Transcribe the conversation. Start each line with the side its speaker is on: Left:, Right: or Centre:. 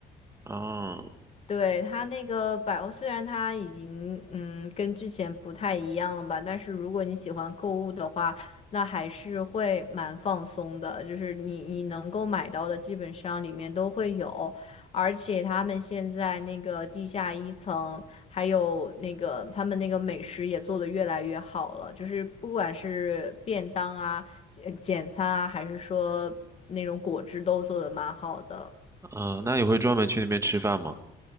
Right: 嗯
Left: 对，它那个百欧，虽然它已经嗯跟之前不太一样了吧，但是如果你喜欢购物的话，那还是会蛮放松的。就是你你能够买到的，基本上里面都会有，而且他们现在那个地下一层，还有那个他们那个美食也做得越来越好了，就是不管是便当啊、简简餐啊，还是说那种果汁都做的蛮好的。
Right: 嗯，那你会专门去那边吃饭吗？